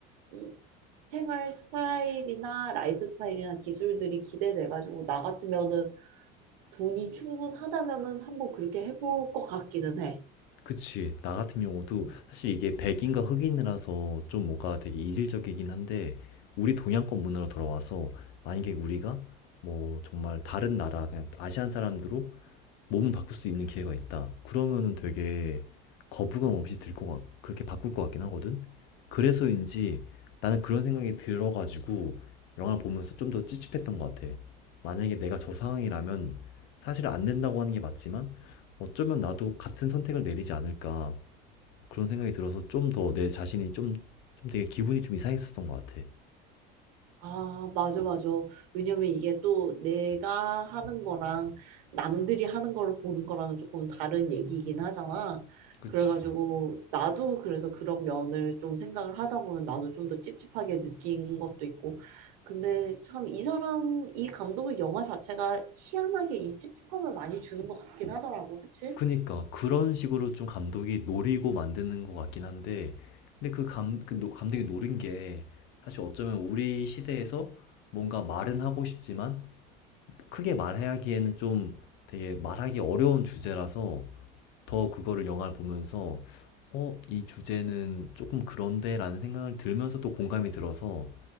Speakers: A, on the right (about 85°); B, on the left (about 60°).
A: 이 생활 스타일이나 라이프 스타일이나 기술들이 기대돼가지고 나 같으면은 돈이 충분하다면은 한번 그렇게 해볼 것 같기는 해.
B: 그치. 나 같은 경우도
A: 응.
B: 사실 이게 백인과 흑인이라서 좀 뭔가 되게 이질적이긴 한데, 우리 동양권 문화로 돌아와서, 만약에 우리가 뭐 정말 다른 나라, 그냥 아시안 사람들로 몸을 바꿀 수 있는 기회가 있다. 그러면은 되게 거부감 없이 들 것 같, 그렇게 바꿀 것 같긴 하거든? 그래서인지 나는 그런 생각이 들어가지고 영화 보면서 좀 더 찝찝했던 것 같아. 만약에 내가 저 상황이라면 사실 안 된다고 하는 게 맞지만 어쩌면 나도 같은 선택을 내리지 않을까 그런 생각이 들어서 좀 더 내 자신이 좀, 좀 되게 기분이 좀 이상했었던 것 같아.
A: 아, 맞아, 맞아. 왜냐면 이게 또 내가 하는 거랑 남들이 하는 거를 보는 거랑 조금 다른 얘기이긴 하잖아.
B: 그치.
A: 그래가지고 나도 그래서 그런 면을 좀 생각을 하다 보면 나도 좀 더 찝찝하게 느낀 것도 있고. 근데 참 이 사람, 이 감독의 영화 자체가 희한하게 이 찝찝함을 많이 주는 것 같긴 하더라고. 그치?
B: 그니까 그런 식으로 좀 감독이 노리고 만드는 것 같긴 한데 근데 그 감, 그 노- 감독이 노린 게 사실 어쩌면 우리 시대에서 뭔가 말은 하고 싶지만 크게 말하기에는 좀 되게 말하기 어려운 주제라서 더 그거를 영화를 보면서 어, 이 주제는 조금 그런데라는 생각을 들면서 또 공감이 들어서